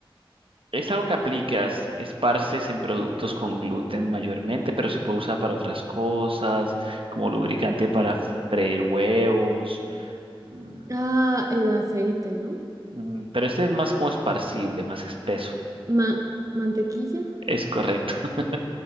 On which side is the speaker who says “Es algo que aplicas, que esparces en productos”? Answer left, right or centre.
Right